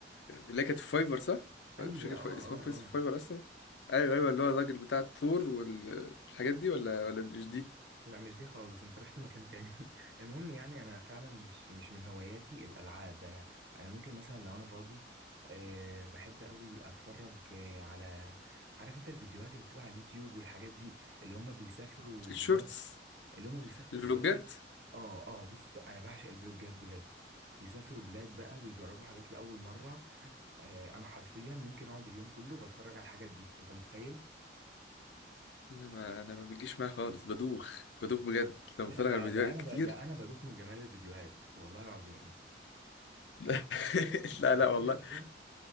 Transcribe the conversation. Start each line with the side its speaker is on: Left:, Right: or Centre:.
Left: اللي هي كانت في فايبر صح؟
Right: ايوه
Left: مش فاكر
Right: اه
Left: فا- اسمها
Right: اه
Left: في
Right: اه
Left: فايبر اصلا ايوه ايوه اللي هو الراجل بتاع التور والحاجات دي ولا ولا مش دي
Right: لا مش دي خالص انت رحت مكان تاني <laughs> المهم يعني انا فعلا مش مش من هواياتي الالعاب انا انا ممكن مثلا لو انا فاضي أه بحب قوي اتفرج آه، على عارف انت الفيديوهات اللي بتبقى على اليوتيوب والحاجات دي اللي هم بيسافروا
Left: الشورتس
Right: بلاد اللي هم بيسافروا
Left: الفلوجات
Right: بلاد اه اه بص انا بعشق الفلوجات بجد يسافروا بلاد بقى ويجربوا حاجات لاول مره أه انا حرفيا ممكن اقعد اليوم كله بتفرج على الحاجات دي انت متخيل
Left: انا ما انا ما بتجيش معايا خالص بدوخ بدوخ بجد لما
Right: لا
Left: بتفرج
Right: ده
Left: على فيديوهات
Right: ده انا
Left: كتير
Right: ب... ده انا بدوخ من جمال الفيديوهات والله العظيم
Left: <laughs> لا
Right: اصل تخيل
Left: لا
Right: تخيل
Left: لا والله
Right: كده